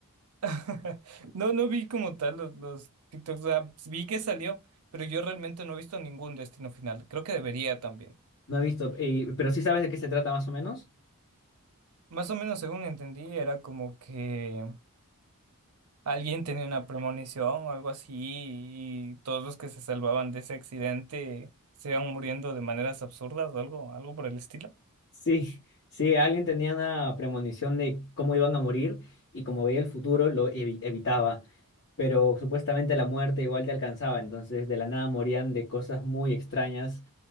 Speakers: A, on the right; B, on the left.
A: <laughs> No, no vi como tal los, los TikToks, o sea, vi que salió, pero yo realmente no he visto ningún destino final. Creo que debería también.
B: No he visto, eh, pero sí sabes de qué se trata más o menos.
A: Más o menos según entendí, era como que alguien tenía una premonición o algo así y todos los que se salvaban de ese accidente se iban muriendo de maneras absurdas o algo, algo por el estilo.
B: Sí, sí, alguien tenía una premonición de cómo iban a morir y como veía el futuro lo evi- evitaba, pero supuestamente la muerte igual te alcanzaba, entonces de la nada morían de cosas muy extrañas